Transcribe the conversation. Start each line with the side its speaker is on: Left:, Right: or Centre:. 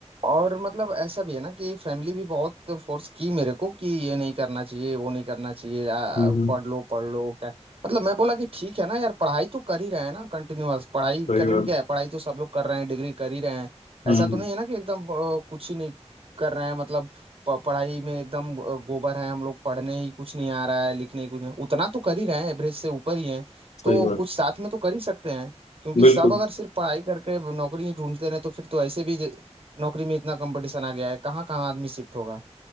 Right: और मतलब ऐसा भी है ना कि फैमिली भी बहुत फोर्स की मेरे को कि ये नहीं करना चाहिए वो नहीं करना चाहिए आ,
Left: लगा
Right: पढ़ लो पढ़ लो क्या मतलब मैं बोला कि ठीक है ना यार पढ़ाई तो कर ही रहे हैं ना कंटिन्यूअस पढ़ाई
Left: सही
Right: करने
Left: बात
Right: में क्या है पढ़ाई तो सब लोग कर रहे हैं डिग्री कर ही रहे हैं
Left: हम्म
Right: ऐसा तो नहीं है ना कि एकदम आ, कुछ ही नहीं कर रहे हैं मतलब प- पढ़ाई में एकदम आ, गोबर है हम लोग पढ़ने ही कुछ नहीं आ रहा है लिखने ही कुछ नहीं उतना तो कर ही रहे हैं एवरेज से ऊपर ही है
Left: सही
Right: तो
Left: बात
Right: कुछ साथ में तो कर ही सकते हैं क्योंकि
Left: बिल्कुल
Right: सब अगर सिर्फ पढ़ाई करके नौकरी ही ढूंढते रहे तो फिर तो ऐसे भी नौकरी में इतना कंपटीशन आ गया है कहाँ कहाँ आदमी शिफ्ट होगा